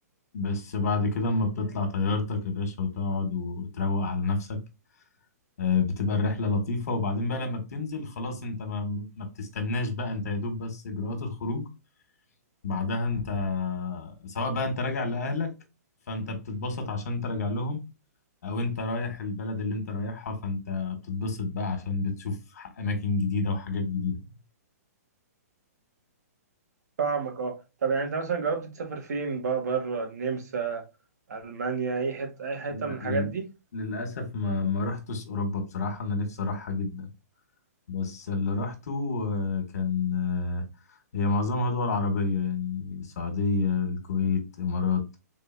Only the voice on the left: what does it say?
بس بعد كده اما بتطلع طيارتك يا باشا وتقعد وتروق على نفسك آه، بتبقى الرحلة لطيفة وبعدين بقى لما بتنزل خلاص انت ما, ما بتستناش بقى انت يا دوب بس اجراءات الخروج بعدها انت سواء بقى انت راجع لأهلك فانت بتتبسط عشان تراجع لهم او انت رايح البلد اللي انت رايحها فانت بتتبسط بقى عشان بتشوف اماكن جديدة وحاجات جديدة
لا
لل...
للأسف ما ما رحتش أوروبا بصراحة أنا نفسي أروحها جدا بس اللي رحته آه، كان آه، هي معظمها دول عربية يعني السعودية الكويت إمارات